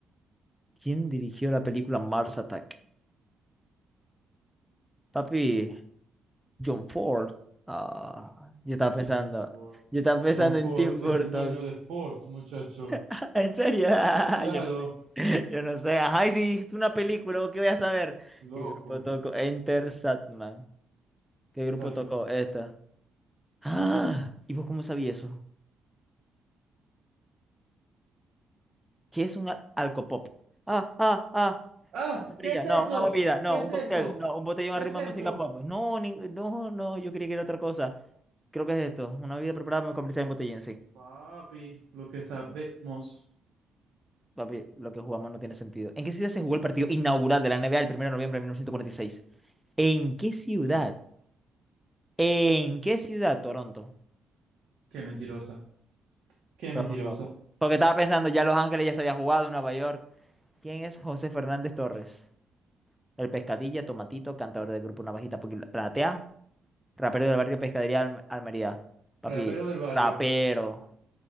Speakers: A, in the centre; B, on the right.
A: ¿Quién dirigió la película Mars Attack? Papi, John Ford. Ah, yo estaba
B: Es que
A: pensando,
B: John Ford.
A: yo estaba pensando
B: John Ford
A: en Tim Burton.
B: es el dueño de Ford, muchacho.
A: <laughs> ¿En serio? <laughs>
B: Claro,
A: Yo no sé. Yo no sé. Ajá, y si dijiste una película, ¿vos ¿qué voy a saber?
B: loco.
A: ¿Qué grupo tocó? Enter Satman. ¿Qué
B: Metallica.
A: grupo tocó esta? <gasps> Ah, ¿y vos cómo sabías eso? ¿Qué es un al- alcopop? Ah, ah, ah,
B: ¡Ah!
A: Sombrilla,
B: ¿Qué es eso?
A: no, una bebida, no,
B: ¿Qué es
A: un
B: eso?
A: cóctel, no, un botellón
B: ¿Qué
A: arriba
B: es eso?
A: de música pop. No, ni- no, no, yo creí que era otra cosa. Creo que es esto, una bebida preparada para comercial en botellín, sí.
B: Papi, lo que sabemos.
A: Papi, lo que jugamos no tiene sentido. ¿En qué ciudad se jugó el partido inaugural de la NBA el primero de noviembre de 1946? ¿En qué ciudad? ¿En qué ciudad? Toronto.
B: Qué mentirosa. Qué
A: Toronto.
B: mentirosa.
A: Porque estaba pensando, ya Los Ángeles ya se había jugado, en Nueva York. ¿Quién es José Fernández Torres? El pescadilla, tomatito, cantador del grupo Navajita Pul- Platea. Rapero del barrio Pescadería Alm- Almería. Papi,
B: Rapero del barrio.
A: rapero.